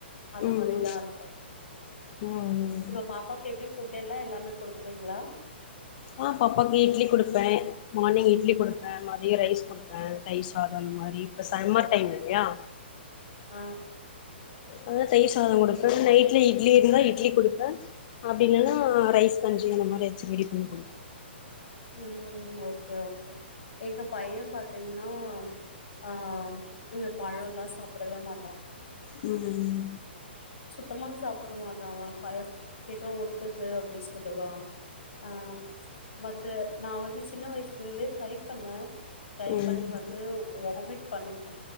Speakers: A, on the left (about 80°); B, on the left (about 45°).
A: அது
B: ம்
A: மாரிதா இருக்கு
B: ம் ம்
A: இப்ப பாப்பாக்கு எப்டி ஃபுட் எல்லா எல்லாமே குடுக்கறிங்ளா
B: ஆ பாப்பாக்கு இட்லி குடுப்பே மார்னிங் இட்லி குடுப்பே
A: ஆ
B: மத்ய ரைஸ் கொடுப்பே தயிர் சாதம் அந்த மாரி இப்ப சம்மர் டைம் இல்லயா
A: அ
B: அதா தயிர் சாத கொடுப்பே நைட் இட்லி இருந்தா இட்லி கொடுப்பே அப்டியில்லனா
A: ம்
B: ரைஸ் கொஞ் அந்தமாரி எந்தச்சு ரெடி பண்ணி கொடு
A: ம் ஓகே ஓகே எங்க பைய பாத்திங்னா அ இந்த பழல்லா சாப்டவே மாட்டா
B: ம்
A: தமாங் சாப் ப்பட மாட்டா அவ <unintelligible> கேட்டா எதோ ஒட்டுது அப்டின் சொல்லுவா ஆ ம து நா வந்து சின்ன வயசுல இருந்தே ட்ரை பண்ணே டிரைவ்
B: ம்
A: பண்ணி வந்து வாமிட் பண்ணிப்பா